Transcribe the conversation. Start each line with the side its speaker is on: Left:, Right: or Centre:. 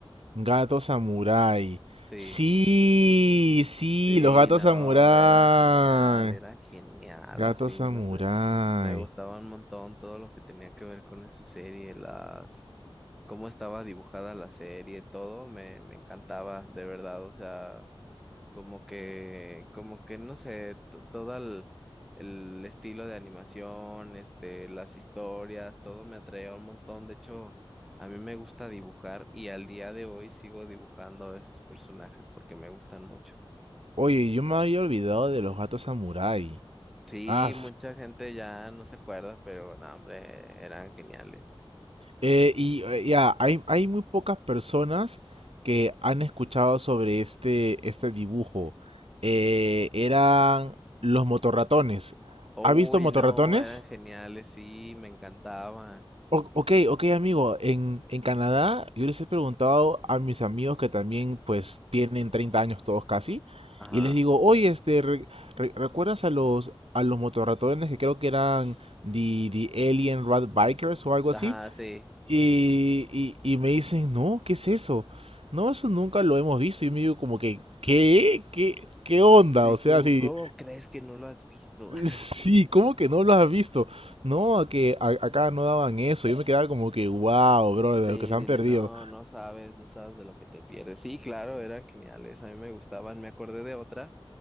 Right: Gato samurái.
Centre: Sí.
Right: Sí, sí,
Centre: Sí,
Right: los gatos
Centre: no,
Right: samurái.
Centre: era genial, era genial,
Right: Gato
Centre: así,
Right: samurái.
Centre: no sé. Me gustaba un montón todo lo que tenía que ver con esa serie, las, cómo estaba dibujada la serie, todo me, me encantaba, de verdad, o sea, como que, como que, no sé, to- todo el, el estilo de animación, este, las historias, todo me atraía un montón, de hecho, a mí me gusta dibujar y al día de hoy sigo dibujando a esos personajes porque me gustan mucho.
Right: Oye, yo me había olvidado de los gatos samurái.
Centre: Sí,
Right: Ah,
Centre: mucha gente ya no se acuerda, pero no, hombre, eran geniales.
Right: Eh, y eh, ya, hay, hay muy pocas personas que han escuchado sobre este, este dibujo. Eh, eran los motorratones.
Centre: Uy,
Right: ¿Has visto motorratones?
Centre: no, eran geniales, sí, me encantaban.
Right: O- ok, ok, amigo. En, en Canadá, yo les he preguntado a mis amigos que también, pues, tienen 30 años todos casi.
Centre: Ajá,
Right: Y les digo, oye, este, re- re- ¿recuerdas a los, a los motorratones que creo que eran The, the Alien Rat Bikers o algo
Centre: ajá,
Right: así?
Centre: sí.
Right: Y, y, y me dicen, no, ¿qué es eso? No, eso nunca lo hemos visto. Y me digo como que, ¿qué? ¿Qué, qué onda?
Centre: Sí,
Right: O sea,
Centre: ¿cómo,
Right: sí,
Centre: cómo crees que no lo has visto? <laughs>
Right: sí, ¿cómo que no lo has visto? No, que a- acá no daban eso. Yo me quedaba como que, wow, bro, de
Centre: Sí,
Right: lo que se
Centre: dile,
Right: han perdido.
Centre: no, no sabes, no sabes de lo que te pierdes. Sí, claro, eran geniales, a mí me gustaban, me acordé de otra